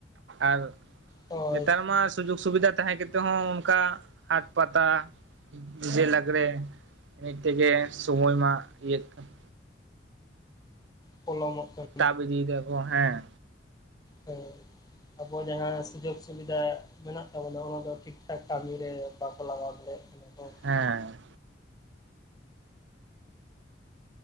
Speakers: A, on the right; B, on the left.
A: ᱟᱨ
B: ᱦᱳᱭ
A: ᱱᱮᱛᱟᱨ ᱢᱟ ᱥᱩᱡᱳᱜᱽ ᱥᱩᱵᱤᱫᱷᱟ ᱛᱟᱦᱮᱸ ᱠᱟᱛᱮ ᱦᱚᱸ ᱚᱱᱠᱟ ᱦᱟᱴ ᱯᱟᱛᱟ ᱡᱮ ᱞᱟᱜᱽᱲᱮ ᱮᱱᱮᱡ ᱛᱮᱜᱮ ᱥᱚᱢᱚᱭ ᱢᱟ ᱤᱭᱟ. ᱜ ᱠᱟᱱᱟ᱾
B: ᱯᱚᱞᱚᱢᱚᱜ ᱠᱟᱱ᱾
A: ᱛᱟᱵ ᱤᱫᱤ ᱫᱟᱠᱚ ᱦᱮᱸ,
B: ᱦᱮᱸ ᱟᱵᱚ ᱡᱟᱦᱟᱸ ᱥᱩᱡᱳᱜᱽ ᱥᱩᱵᱤᱫᱷᱟ ᱢᱮᱱᱟᱜ ᱛᱟᱵᱚᱱᱟ ᱚᱱᱟ ᱫᱚ ᱴᱷᱤᱠ ᱴᱷᱟᱠ ᱠᱟᱹᱢᱤᱨᱮ ᱵᱟᱠᱚ ᱞᱟᱜᱟᱣ ᱫᱟᱲᱮᱭᱟᱜ ᱠᱟᱱᱟ ᱛᱚ᱾
A: ᱦᱮᱸ᱾